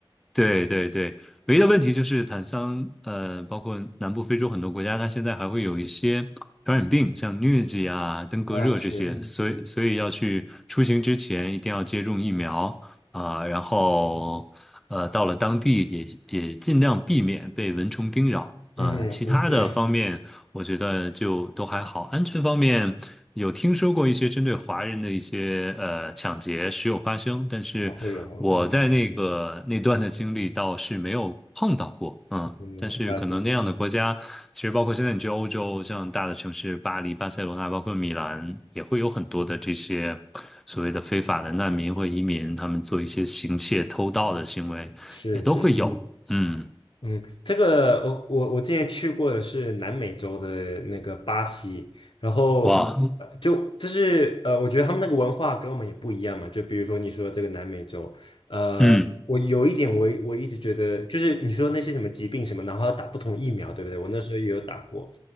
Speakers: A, in the centre; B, on the left (about 65°).
A: 对对对，唯一的问题就是坦桑，呃，包括南部非洲很多国家，它现在还会有一些传染病，像疟疾啊、登革热这些，
B: 啊是，
A: 嗯所以所以要去出行之前一定要接种疫苗啊，然后呃，到了当地也也尽量避免被蚊虫叮咬，
B: 嗯哼嗯对，
A: 嗯、其他的嗯方面我觉得就都还好。安全方面，有听说过一些针对华人的一些呃抢劫时有发生，但是我在那个那段的经历倒是没有碰到过。
B: 啊会有，嗯
A: 嗯，
B: 嗯，
A: 但是可能那样的国家，
B: 了解，
A: 其实包括现在你去欧洲，像大的城市巴黎、巴塞罗那，包括米兰，也会有很多的这些所谓的非法的难民或移民，他们做一些行窃、偷盗的行为，
B: 是是是，
A: 也都会有。嗯，
B: 嗯，这个我我我之前去过的是南美洲的那个巴西，然后呃就就是呃，
A: 哇，嗯，
B: 我觉得他们那个文化跟我们也不一样嘛，就比如说你说这个南美洲，呃，
A: 嗯
B: 我有一点我我一直觉得就是你说那些什么疾病什么，然后要打不同疫苗，对不对？我那时候也有打过。